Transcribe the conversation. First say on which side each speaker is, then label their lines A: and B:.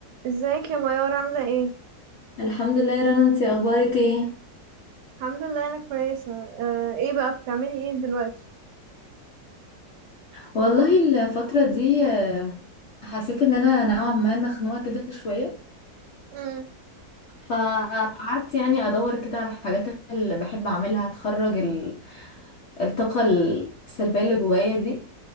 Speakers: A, on the right; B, on the left.
A: ازيك يا ميار عاملة ايه؟
B: الحمد لله يا رنا انتي اخبارك ايه
A: الحمد لله انا كويسة آه ايه بقى بتعملي ايه دلوقتي؟
B: والله الفترة دي آه، حسيت ان انا نوعا ما مخنوقة كده شوية
A: امم
B: فقعدت يعني ادور كده على الحاجات اللي بحب اعملها تخرج ال- الطاقة السلبية اللي جوايا دي